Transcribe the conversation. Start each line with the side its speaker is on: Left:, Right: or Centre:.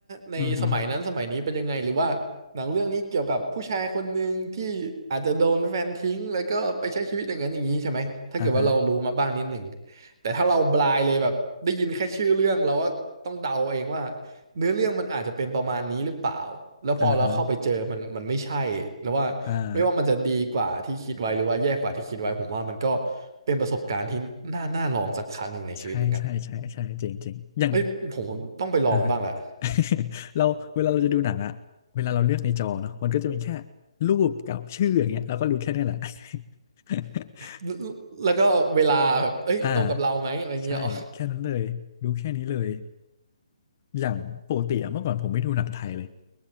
Right: ในสมัยนั้นสมัยนี้เป็นยังไงหรือว่าหนังเรื่องนี้เกี่ยวกับผู้ชายคนหนึ่งที่อาจจะโดนแฟนทิ้งแล้วก็ไปใช้ชีวิตอย่างนั้นอย่างนี้ใช่ไหมถ้าเกิดว่าเรารู้มาบ้างนิดหนึ่ง
Left: อือฮึอ่าฮะ
Right: แต่ถ้าเราบลายเลยแบบได้ยินแค่ชื่อเรื่องเราก็ต้องเดาเองว่าเนื้อเรื่องมันอาจจะเป็นประมาณนี้หรือเปล่าแล้วพอเราเข้าไปเจอมันมันไม่ใช่แล้วว่าไม่ว่ามันจะดีกว่าที่คิดไว้หรือว่าแย่กว่าที่คิดไว้ผมว่ามันก็
Left: อ่าฮะอ่า
Right: เป็นประสบการณ์ที่น่าน่าลองสักครั้งหนึ่งในชีวิตเหมือนกัน
Left: ใช่ใช่ใช่ใช่จริงจริงอย่าง
Right: เอ้ยผมผมต้องไปลองบ้างแหละ
Left: อ่า <laughs> เราเวลาเราจะดูหนังอะเวลาเราเลือกในจอเนาะมันก็จะมีแค่รูปกับชื่ออย่างเงี้ยเราก็รู้แค่นี้แหละ <laughs>
Right: <laughs> แล้วก็เวลาแบบเอ้ยตรงกับเราไหมอะไรเงี้ยอ๋อ
Left: อ่าใช่แค่นั้นเลยรู้แค่นี้เลยอย่างปกติอะเมื่อก่อนผมไม่ดูหนังไทยเลย